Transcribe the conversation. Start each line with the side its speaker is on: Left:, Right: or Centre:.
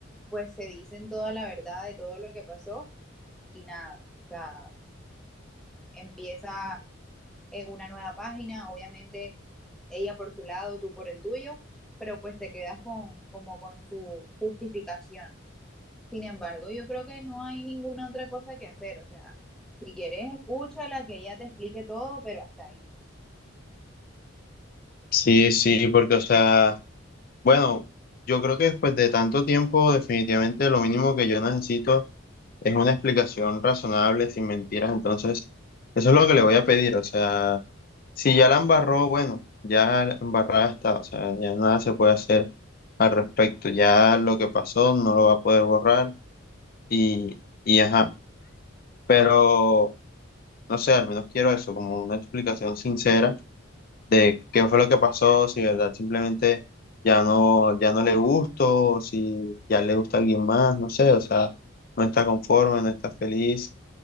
Centre: pues se dicen toda la verdad de todo lo que pasó y nada, o sea, empieza en una nueva página, obviamente ella por su lado, tú por el tuyo, pero pues te quedas con, como con su justificación. Sin embargo, yo creo que no hay ninguna otra cosa que hacer. O sea, si quieres, escúchala, que ella te explique todo, pero hasta ahí.
Left: Sí, sí, porque, o sea... Bueno, yo creo que después de tanto tiempo, definitivamente lo mínimo que yo necesito es una explicación razonable, sin mentiras. Entonces, eso es lo que le voy a pedir. O sea, si ya la embarró, bueno, ya la embarrada está. O sea, ya nada se puede hacer al respecto. Ya lo que pasó no lo va a poder borrar y, y ajá. Pero, no sé, al menos quiero eso, como una explicación sincera de qué fue lo que pasó, si de verdad simplemente ya no, ya no le gustó, si ya le gusta alguien más, no sé, o sea, no está conforme, no está feliz,